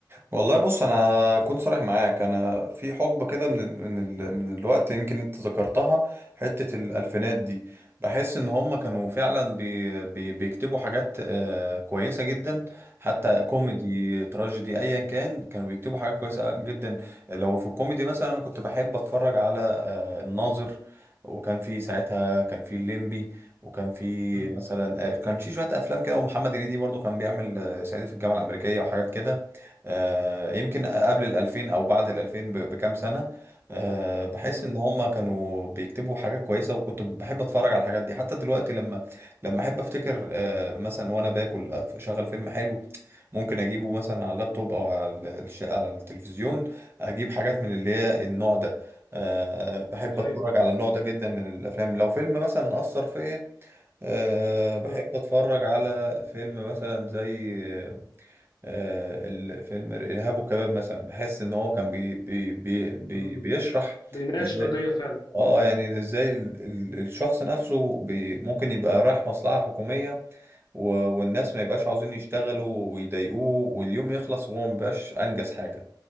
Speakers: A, on the right; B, on the left.
A: والله بص انا كنت صريح معاك انا في حقبه كده من ال من ال من الوقت يمكن انت ذكرتها حته الالفينات دي بحس ان هم كانوا فعلا بي بي بيكتبوا حاجات آه، كويسه جدا حتى كوميدي
B: امم
A: تراجيدي ايا كان كانوا بيكتبوا حاجات كويسه جدا لو في الكوميدي مثلا انا كنت بحب اتفرج على الناظر وكان في ساعتها كان في الليمبي وكان في
B: امم
A: مثلا آه، كان في شويه افلام كده ومحمد هنيدي برضو كان بيعمل آه، صعيدي في الجامعه الامريكيه وحاجات كده آه، يمكن قبل ال 2000 او بعد ال 2000 ب- بكام سنه آه، بحس
B: امم
A: ان هم كانوا بيكتبوا حاجات كويسه وكنت بحب اتفرج على الحاجات دي حتى دلوقتي لما لما احب افتكر آه، مثلا وانا باكل اشغل فيلم حلو ممكن اجيبه مثلا على اللابتوب او على ال- الش- على التلفزيون اجيب حاجات من اللي هي النوع ده أه بحب
B: ايوه
A: اتفرج على النوع ده جدا من الافلام لو فيلم مثلا اثر فيا أه بحب
B: امم
A: اتفرج على فيلم مثلا زي أه الفيلم الارهاب والكباب مثلا بحس ان هو كان بي بي بي بي
B: امم
A: بيشرح
B: بيناقش
A: ازاي
B: قضيه فعلا
A: اه يعني ازاي ال- ال- الشخص نفسه بي ممكن يبقى رايح مصلحة حكومية و... والناس ما يبقاش عاوزين يشتغلوا ويضايقوه واليوم يخلص وهو ما بيبقاش انجز حاجه